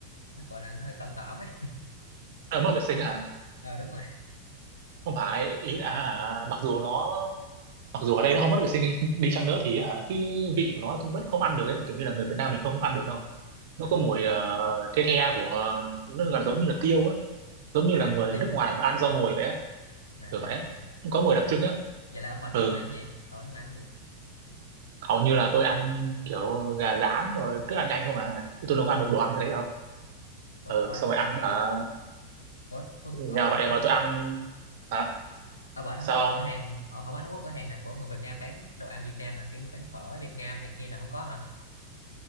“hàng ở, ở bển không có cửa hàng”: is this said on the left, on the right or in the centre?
Left